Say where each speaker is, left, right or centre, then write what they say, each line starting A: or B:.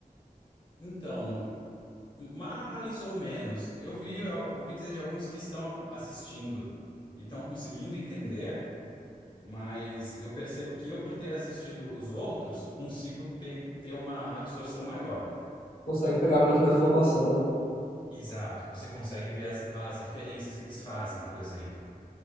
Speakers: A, on the left; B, on the left.
A: Então, mais ou menos. Eu vi, ouvi dizer de alguns que estão assistindo e estão conseguindo entender. Mas eu percebo que eu, por ter assistido os outros, consigo ter, ter uma absorção maior.
B: Consegue pegar muito mais informação, né?
A: Exato, você consegue ver as, as referências que eles fazem, por exemplo,